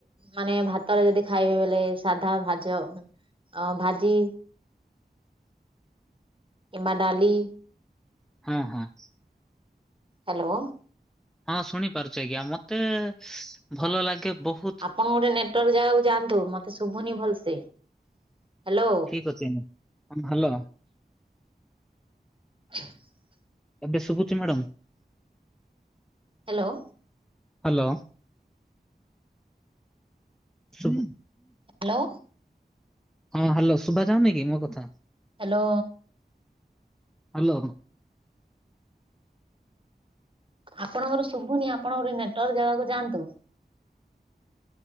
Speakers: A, on the right; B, in the centre.
A: ମାନେ ଭାତରେ ଯଦି ଖାଇବେ ବୋଲେ ସାଧା ଭାଜ ଅ ଭାଜି। କିମ୍ବା ଡାଲି।
B: ହଁ ହଁ।
A: ହାଲୋ।
B: ହଁ ଶୁଣିପାରୁଛି ଆଜ୍ଞା ମତେ ଭଲ ଲାଗେ ବହୁ
A: ଆପଣ ଗୋଟେ ନେଟୱାର୍କ ଜାଗାକୁ ଯାଆନ୍ତୁ ମତେ ଶୁଭୁନି ଭଲସେ। ହ୍ୟାଲୋ
B: ଠିକ ଅଛି ମାମ୍ ହାଲୋ।
A: <inaudible>
B: ଏବେ ଶୁଭୁଛି ମ୍ୟାଡ଼ାମ।
A: ହାଲୋ।
B: ହାଲୋ ଶୁବୁ
A: ହାଲୋ।
B: ହଁ ହାଲୋ ସୁଭା ଯାଉନି କି ମୋ କଥା।
A: ହାଲୋ।
B: ହାଲୋ।
A: ଆପଣଙ୍କର ଶୁଭୁନି ଆପଣ ଗୋଟେ ନେଟୱାର୍କ ଜାଗାକୁ ଯାଆନ୍ତୁ।